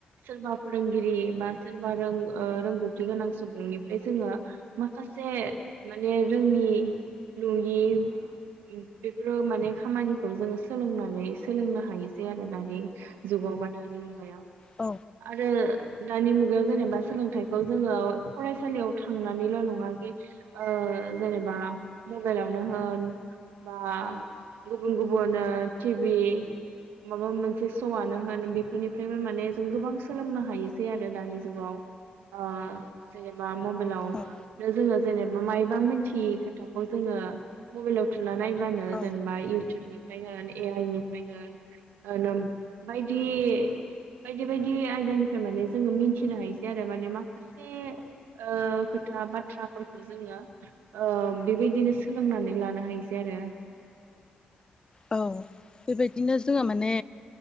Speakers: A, on the right; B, on the left.
A: सोरबा फोरोंगिरि बा सोरबा रों-रोंगौथि गोनां सुबुंनिफ्राय जोङो माखासे। माने रोङि नुयि बेफोरो माने खामानिखौ जोङो सोलोंनानै सोलोंनो हायसे आरो दा। नि जुगाव बा दानि लुगायाव।
B: औ
A: आरो दानि मुगायाव जेनेबा सोलोंथाइखौ जोङो। फरायसालियाव थांनानैल नङा-बे ओ-जेनेबा मबाइलावनो होन बा गुबुन गुबुन टिभि माबा मोन। मोनसे सआनो होन बेफोरनिफ्रायबो माने जों गोबां सोलोंनो हायोसै आरो दानि जुगाव ओ जेनेबा। मबाइलआव
B: औ
A: नो जोङो जेनेबा मायबा मिथियि खोथाखौ जोङो मबेलाव थु। नायब्लानो
B: औ
A: जेनेबा इउटुबनि। होन ए आइनि <unintelligible> बायदि बायदि बायदि आयदानि माने जोङो मिथिनो हायोसै आरो माने माखासे ओ-खोथा बाथ्राफोरखौ जोङो ओ-बेबायदिनो सोलोंनानै लानो हायोसै आरो।
B: औ बेबायदिनो जोङो माने